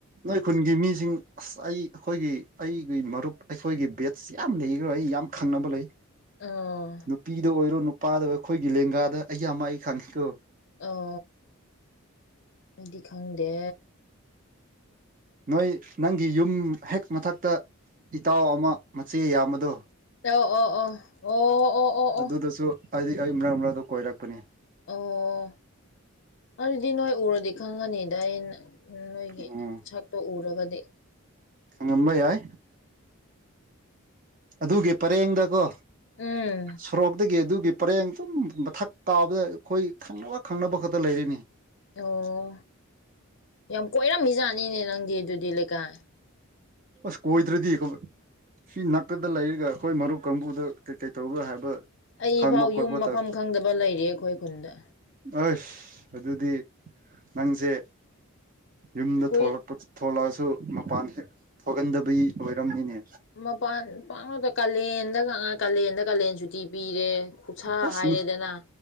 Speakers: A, on the right; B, on the left.
A: ꯅꯣꯏ ꯈꯨꯟꯒꯤ ꯃꯤꯁꯤꯡ ꯑꯁ ꯑꯩ ꯑꯩꯈꯣꯏꯒꯤ ꯑꯩꯒꯤ ꯃꯔꯨꯞ ꯑꯩꯈꯣꯏꯒꯤ ꯕꯦꯠꯁ ꯌꯥꯝ ꯂꯩꯈ꯭ꯔꯦ ꯑꯩ ꯌꯥꯝ ꯈꯪꯅꯕ ꯂꯩ
B: ꯑꯥ
A: ꯅꯨꯄꯤꯗ ꯑꯣꯏꯔꯣ ꯅꯨꯄꯥꯗ ꯑꯣꯏꯔꯣ ꯑꯩꯈꯣꯏꯒꯤ ꯂꯦꯡꯒꯥꯗ ꯑꯌꯥꯝꯕ ꯑꯩ ꯈꯪꯉꯤꯀꯣ
B: ꯑꯣ ꯑꯩꯗꯤ ꯈꯪꯗꯦ
A: ꯅꯣꯏ ꯅꯪꯒꯤ ꯌꯨꯝ ꯍꯦꯛ ꯃꯊꯛꯇ ꯏꯇꯥꯎ ꯑꯃ ꯃꯆꯦ ꯌꯥꯝꯕꯗꯣ
B: ꯇ ꯑꯣ ꯑꯣ ꯑꯣ ꯑꯣ ꯑꯣ ꯑꯣ
A: ꯑꯗꯨꯗꯁꯨ ꯑꯩꯗꯤ ꯑꯩ ꯃꯔꯛ ꯃꯔꯛꯗ ꯀꯣꯏꯔꯛꯄꯅꯤ
B: ꯑꯣ ꯑꯗꯨꯗꯤ ꯅꯣꯏ ꯎꯔꯗꯤ ꯈꯪꯉꯅꯤꯗ ꯑꯩꯅ ꯅꯣꯏꯒꯤ
A: ꯎꯝ
B: ꯁꯛꯇꯣ ꯎꯔꯒꯗꯤ
A: ꯈꯪꯉꯝꯕ ꯌꯥꯏ ꯑꯗꯨꯒꯤ ꯄꯔꯦꯡꯗꯀꯣ
B: ꯎꯝ
A: ꯁꯣꯔꯣꯛꯇꯒꯤ ꯑꯗꯨꯒꯤ ꯄꯔꯦꯡ ꯁꯨꯝ ꯃꯊꯛ ꯇꯥꯕꯗ ꯑꯩꯈꯣꯏ ꯈꯪꯅꯕ ꯈꯪꯅꯕ ꯈꯛꯇ ꯂꯩꯔꯤꯅꯤ
B: ꯑꯣ ꯌꯥꯝ ꯀꯣꯏꯔꯝꯃꯤꯖꯥꯠꯅꯤꯅꯦ ꯅꯪꯗꯤ ꯑꯗꯨꯗꯤ ꯂꯩꯀꯥꯏ
A: ꯑꯁ ꯀꯣꯏꯗꯔꯗꯤ ꯁꯤ ꯅꯛꯗ ꯂꯩꯔꯒ ꯍꯣꯏ ꯃꯔꯨꯞ ꯀꯥꯡꯕꯨꯗ ꯀꯩꯀꯩ ꯇꯧꯕꯥ ꯍꯥꯏꯕ
B: ꯑꯩꯐꯥꯎ
A: ꯍꯪꯕ ꯈꯣꯠꯄ
B: ꯌꯨꯝ ꯃꯐꯝ
A: ꯇꯧ
B: ꯈꯪꯗꯕ ꯂꯩꯔꯤ ꯑꯩꯈꯣꯏ ꯈꯨꯟꯗ
A: ꯑꯁ ꯑꯗꯨꯗꯤ ꯅꯪꯁꯦ ꯌꯨꯝꯗ
B: ꯀꯨꯏ
A: ꯊꯣꯛꯂꯛꯄ ꯊꯣꯛꯂꯛꯑꯁꯨ ꯃꯄꯥꯟ ꯍꯦꯛ ꯊꯣꯛꯍꯟꯗꯕꯒꯤ ꯑꯣꯏꯔꯝꯃꯤꯅꯦ
B: ꯃꯄꯥꯟꯂꯗ ꯀꯥꯂꯦꯟꯗ ꯀꯥꯂꯦꯟꯗ ꯀꯥꯂꯦꯟ ꯁꯨꯇꯤ ꯄꯤꯔꯦ ꯈꯨꯠꯁꯥ
A: ꯑꯁ
B: ꯍꯥꯏꯔꯦꯗꯅ